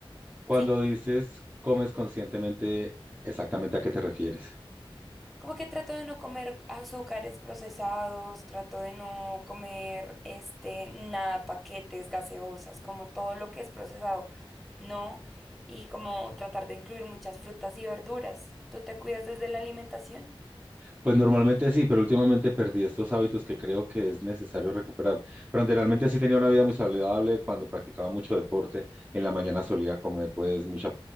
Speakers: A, on the right; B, in the centre.
A: Cuando
B: sí
A: dices comes conscientemente, ¿exactamente a qué te refieres?
B: Como que trato de no comer azúcares procesados, trato de no comer este nada, paquetes, gaseosas, como todo lo que es procesado, no, y como tratar de incluir muchas frutas y verduras. ¿Tú te cuidas desde la alimentación?
A: Pues normalmente sí, pero últimamente perdí estos hábitos que creo que es necesario recuperar. Pero anteriormente sí tenía una vida muy saludable cuando practicaba mucho deporte. En la mañana solía comer pues mucha